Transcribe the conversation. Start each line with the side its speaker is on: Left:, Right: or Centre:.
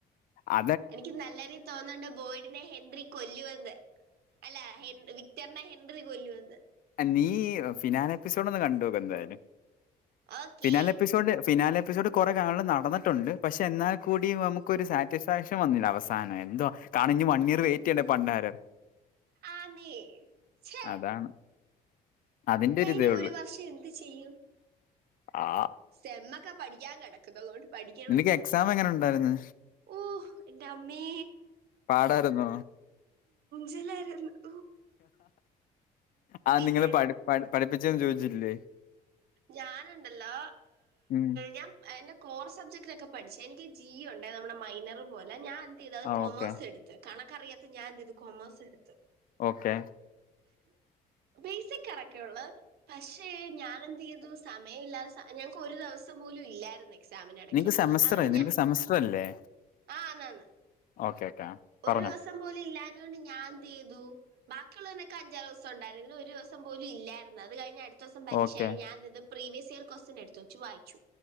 Left: അ
Right: എനിക്ക് നല്ല രീ തോന്ന്ണ്ട് ബോയിഡിനെ ഹെൻറി കൊല്ലു ന്ന് അല്ല ഹെ വിക്ടറിനെ ഹെൻറി കൊല്ലുന്ന്
Left: നീ ഫിനാൻ എപ്പിസോഡ് ഒന്ന് കണ്ടോക്ക് എന്തായാലും
Right: ഓക്കേ
Left: ഫിനാല പ്പിസോഡ് ഫിനാല് പ്പിസോഡ് കൊറെ കാണല് നടന്ന്ട്ടുണ്ട് പക്ഷേ എന്നാൽ കൂടി നമുക്കൊരു സാറ്റിസ്ഫാക്ഷൻ വന്നില്ല അവസാനം എന്തോ കാണും ഇനി വണീയറ് വെയ് റ്റ് ചെയ്യണ്ട പണ്ടാരം
Right: ആന്നേ ചെ
Left: അതാണ് അതിന്റെ
Right: ഞാൻ
Left: ഇതേ
Right: ഇനി
Left: ഉള്ളു
Right: ഒരു വർഷം എന്ത് ചെയ്യും
Left: ആ
Right: സെമ്മക്കെ പഠിക്കാൻ കെടക്കുന്നതൊ പഠിക്കണം
Left: നിനക്ക് എക്സാം എങ്ങനെ ഉണ്ടായിരുന്നു
Right: ഓ എന്റെ അമ്മേ
Left: പാടാർന്നോ
Right: ജിലാ രുന്നു
Left: ആ നിങ്ങള്
Right: ഞാൻ
Left: പട് പട്‌ പഠിപ്പിച്ചേന്നും ചോദിച്ചില്ലേ
Right: ഞാനുണ്ടല്ലോ
Left: ഉം
Right: ഞാൻ എന്റെ കോർ സബ്ജക്ടിലൊക്കെ പഠിച്ചേ എനി ജിയ ഉണ്ടേ നമ്മുടെ മൈനർ പോലെ ഞാൻ എന്ത് ചെയ്ത് അത്
Left: ആ
Right: കോമേഴ്‌സ്
Left: ഓക്കെ
Right: എടുത്ത് കണ ക്കറിയാത്ത ഞാൻ എന്ത് ചെയ്തു കോമേഴ്സ് എടുത്ത്
Left: ഓക്കെ
Right: ബേസിക് ഇടക്കെ ഒള്ള് പക്ഷേ ഞാൻ എന്ത്‌ചെയ്തു സമയമില്ലാത ഞങ്ങക്ക് ഒരു ദിവസം പോലും ഇല്ലായിരുന്നേ എക്സാമിനിടക്ക്
Left: നിനക്ക്
Right: ഇടക്ക്
Left: സെമസ്റ്റർ
Right: അതുകൊണ്ട്
Left: നിനക്ക്
Right: ഞ
Left: സെമസ്റ്റർ അല്ലേ
Right: ആ അനാന്ന്
Left: ഓക്കെ ഓക്കെ പറഞ്ഞോ
Right: ഒരു ദിവസം പോലും ഇല്ലാഞ്ഞോണ്ട് ഞാൻ എന്ത്‌ ചെയ്തു ബാക്കിയുള്ളതിനൊക്കെ അഞ്ചറ് ദിവസം ഉണ്ടായിരുന്നു ഇതിന് ഒരു ദിവസം പോലും ഇല്ലാരുന്നു അത് കഴിഞ്ഞ് അടുത്ത ദിവസം പരീക്ഷയ
Left: ഓക്കെ
Right: ഞാൻ എന്ത്ചെയ്തു പ്രീവിയസ് ഇയർ ക്വസ്റ്റൻ എടുത്തു വച്ചു വായിച്ചു